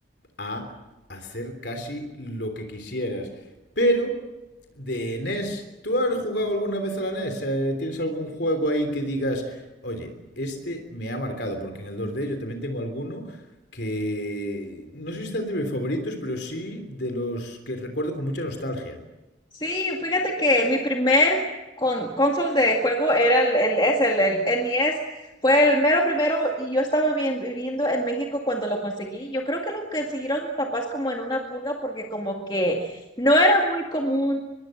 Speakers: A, on the left; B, on the left.
A: a hacer casi lo que quisieras. Pero, de NES, ¿tú has jugado alguna vez a la NES? Eh, ¿Tienes algún juego ahí que digas, oye, este me ha marcado? Porque en el dos d yo también tengo alguno que no sé si está entre mis favoritos, pero sí de los que recuerdo con mucha nostalgia.
B: Sí, fíjate que mi primer con, console de juego era el, el, es el, el NES. Fue el mero primero y yo estaba bien, viviendo en México cuando lo conseguí. Yo creo que lo consiguieron mis papás como en una pulga porque como que no era muy común